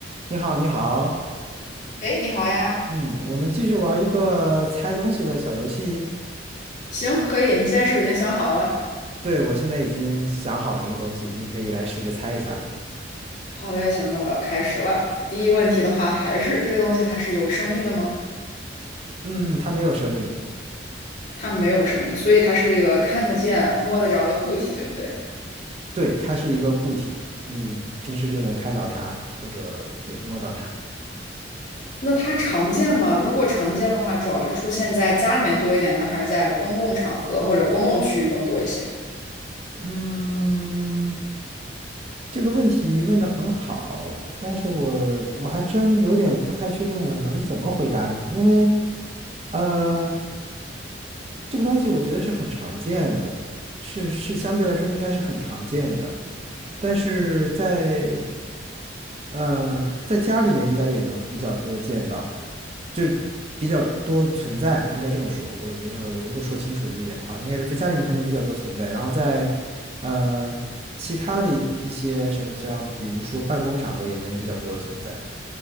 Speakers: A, on the right; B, on the left.
A: 你好，你好，
B: 哎，你好呀，
A: 嗯，我们继续玩一个猜东西的小游戏。
B: 行，可以。你现在是不是已经想好了？
A: 对，我现在已经想好了一个东西，你可以来试着猜一下了。
B: 好嘞，行，那我要开始了。第一个问题的话，还是这个东西它是有生命的吗？
A: 嗯，它没有生命，
B: 它没有生命，所以它是一个看得见、摸得着的固体，对不对？
A: 对，它是一个固体，你平时就能看到它，或者对，摸到它。
B: 那它常见吗？如果常见的话，主要是出现在家里面多一点呢，还是在公共场合或者公共区域更多一些？
A: 嗯，这个问题问得很好，但是我我还真有点不太确定我能怎么回答你，因为，呃。这个东西我觉得是很常见的，是是相对来说应该是很常见的，但是在呃在家里面应该也能比较多见到，就比较多存在，应该这么说。我我认为我如果说清楚的一点的话，应该是在家里面它能比较多存在，然后在呃其他的一一些什么像比如说办公场合也能比较多的存在。